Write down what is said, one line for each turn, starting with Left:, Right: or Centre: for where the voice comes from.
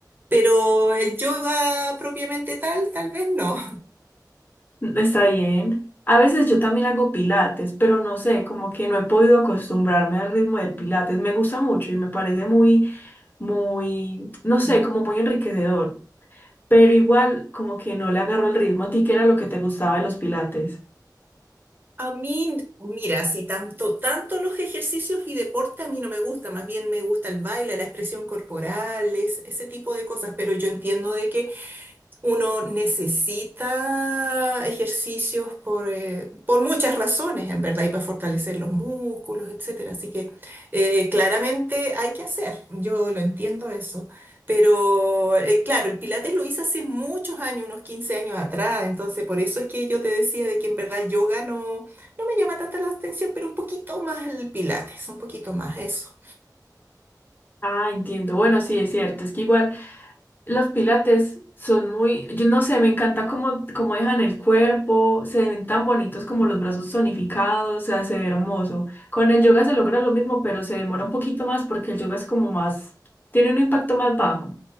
Right: pero el yoga propiamente tal, tal vez no.
Left: Está bien. A veces yo también hago pilates, pero no sé, como que no he podido acostumbrarme al ritmo del pilates. Me gusta mucho y me parece muy, muy, no
Right: Mm.
Left: sé, como muy enriquecedor. Pero igual, como que no le agarro el ritmo. ¿A ti qué era lo que te gustaba de los pilates?
Right: A mí, mira, si tanto, tanto los ejercicios y deporte a mí no me gusta, más bien me gusta el baile, la expresión corporal, es- ese tipo de cosas, pero yo entiendo de que Uno necesita ejercicios por, eh, por muchas razones, en verdad, y para fortalecer los músculos, etcétera. Así que eh, claramente hay que hacer, yo lo entiendo eso. Pero eh, claro, el Pilates lo hice hace muchos años, unos 15 años atrás, entonces por eso es que yo te decía de que en verdad el yoga no, no me llama tanta la atención, pero un poquito más el Pilates, un poquito más eso.
Left: Ah, entiendo. Bueno, sí, es cierto. Es que igual. Los pilates son muy, yo no sé, me encanta cómo, cómo dejan el cuerpo, se ven tan bonitos como
Right: Ujú.
Left: los brazos tonificados, o sea, se ve hermoso. Con el yoga se logra lo mismo, pero se demora un poquito más porque el yoga es como más, tiene un impacto más bajo.